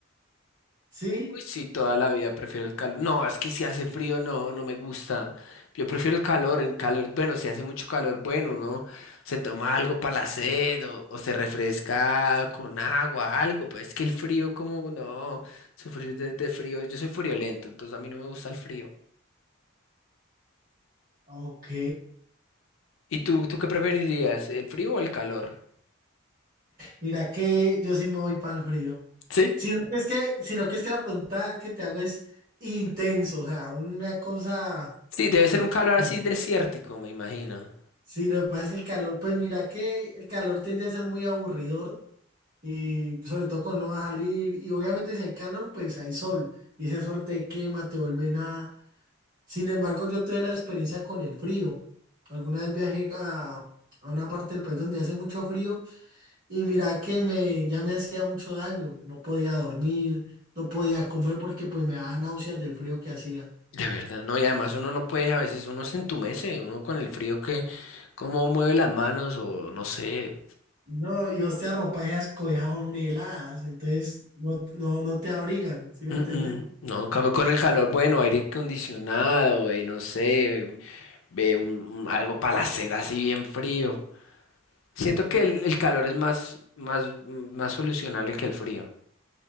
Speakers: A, on the right; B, on the left.
A: ¿Sí?
B: Uy, sí, toda la vida prefiero el calor. No, es que si hace frío, no, no me gusta. Yo prefiero el calor, en calor, bueno, si hace mucho calor, bueno, uno se toma algo para la sed o, o se refresca con agua, algo, pero es que el frío, como, no, sufrir de, de frío, yo soy friolento, entonces a mí no me gusta el frío.
A: Ok.
B: ¿Y tú, tú qué preferirías, el frío o el calor?
A: Mira que yo sí me voy para el frío.
B: Sí.
A: Sino que es que, sino que es que la pregunta que te hago es intenso, o sea, una cosa
B: Sí, debe
A: al
B: ser
A: estilo.
B: un calor así desértico, me imagino.
A: Sí, lo que pasa es que el calor, pues mira que el calor tiende a ser muy aburridor y sobre todo cuando no vas a salir y obviamente si hay calor, pues hay sol y ese sol te quema, te vuelve nada. Sin embargo, yo tuve la experiencia con el frío. Alguna vez viajé a, a una parte del país donde hace mucho frío. Y mira que me, ya me hacía mucho daño, no podía dormir, no podía comer porque pues me daba náuseas del frío que hacía.
B: De verdad, no, y además uno no puede, a veces uno se entumece, uno con el frío que, cómo mueve las manos o no sé,
A: No, y hostia, ropa esas cobijas son muy heladas, entonces no, no, no te abrigan, ¿sí me
B: mm,
A: entiendes?
B: mm, no, en cambio con el calor, bueno, aire acondicionado, eh, no sé, eh, ve un- un- algo para la sed así bien frío. Siento
A: Eh,
B: que el, el calor es más, más, más solucionable que el frío.